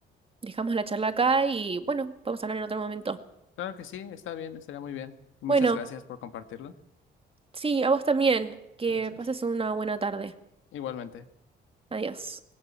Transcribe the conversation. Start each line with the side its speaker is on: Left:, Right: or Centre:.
Right: dejamos la charla acá y bueno, vamos a hablar en otro momento.
Left: Claro que sí, está bien, estaría muy bien. Muchas
Right: Bueno,
Left: gracias por compartirlo.
Right: sí, a vos también, que
Left: Gracias.
Right: pases una buena tarde.
Left: Igualmente.
Right: Adiós.